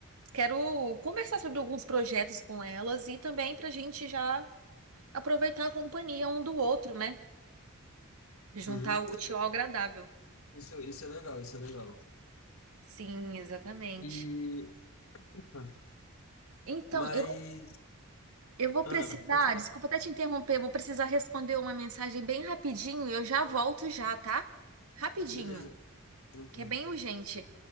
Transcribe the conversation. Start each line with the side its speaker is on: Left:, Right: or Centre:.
Right: quero conversar sobre alguns projetos com elas e também pra gente já aproveitar a companhia um do outro, né? Juntar
Left: Uhum.
Right: o útil ao agradável.
Left: Isso, isso é legal, isso é legal.
Right: Sim, exatamente.
Left: E. Ah,
Right: Então,
Left: Mas.
Right: eu, eu vou
Left: Ah,
Right: precisar,
Left: pode falar.
Right: desculpa até te interromper, vou precisar responder uma mensagem bem rapidinho e eu já volto já, tá? Rapidinho.
Left: Beleza, tranquilo.
Right: que é bem urgente.